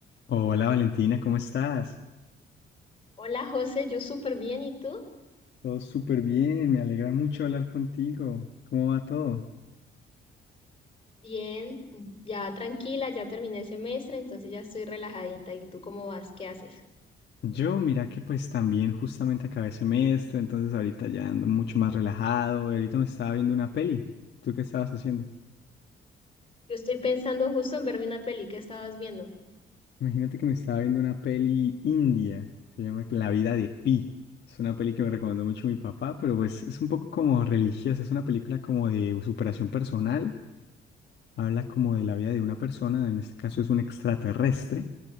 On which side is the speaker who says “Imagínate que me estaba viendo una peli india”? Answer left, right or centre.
Left